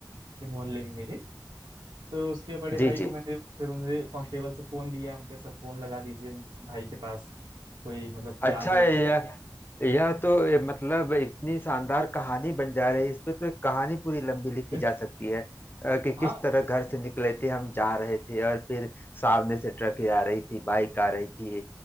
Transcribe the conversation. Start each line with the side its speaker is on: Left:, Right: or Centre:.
Right: एक मोहल्ले में मेरे तो उसके बड़े
Left: जी
Right: भाई को
Left: जी
Right: मैंने फिर उन्हें कांस्टेबल से फोन लिया हम कहे सर फोन लगा दीजिए भाई के पास कोई मतलब कि
Left: अच्छा
Right: आ जाए
Left: है यह यह तो ए, मतलब इतनी शानदार कहानी बन जा रही है इस पे तो एक कहानी पूरी लंबी लिखी
Right: <laughs>
Left: जा सकती है अ, कि
Right: हाँ
Left: किस तरह घर से निकले थे हम जा रहे थे और फिर सामने से ट्रक आ रही थी बाइक आ रही थी